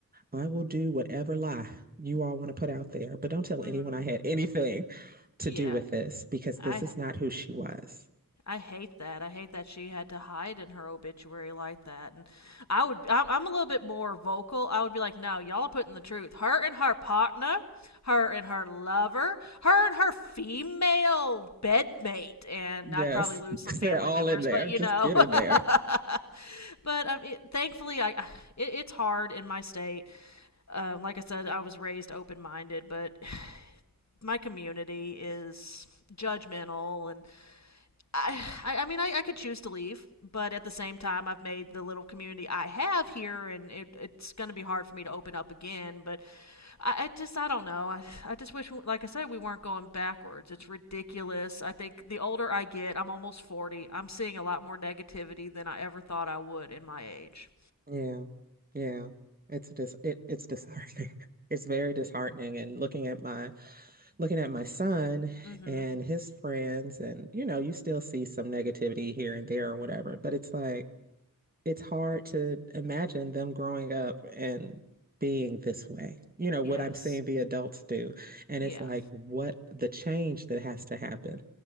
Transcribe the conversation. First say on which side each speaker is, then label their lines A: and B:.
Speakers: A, on the right; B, on the left.
A: I will do whatever lie you all want to put out there, but don't tell
B: mhm
A: anyone I had anything to
B: yeah
A: do with this because
B: i
A: this is not who she was.
B: i hate that i hate that she had to hide in her obituary like that and i would i'm, I'm a little bit more vocal i would be like no y'all are putting the truth her and her partner her and her lover her and her female bedmate and
A: Yes,
B: i'd probably lose
A: <laughs>
B: some family
A: they're all
B: members
A: in there.
B: but you
A: Just
B: know
A: get in there.
B: <laughs> But um, it, thankfully, I <sighs> it, it's hard in my state. Um, like I said, I was raised open minded, but <sighs> my community is judgmental, and I <sighs> I, I mean I, I could choose to leave, but at the same time, I've made the little community I have here, and it, it's going to be hard for me to open up again. But I, I just I don't know. I I just wish, we- like I said, we weren't going backwards. It's ridiculous. I think the older I get, I'm almost forty. I'm seeing a lot more negativity than I ever thought I would in my age.
A: Yeah, yeah. It's dis it, it's disheartening. <laughs> It's very disheartening. And looking at my looking at my son
B: Mm-hmm.
A: and his friends, and you know, you still see some negativity here and there or whatever, but it's like it's hard to imagine them growing up and being this way. You know, what
B: Yes.
A: I'm seeing the adults do. And
B: Yeah.
A: it's like what the change that has to happen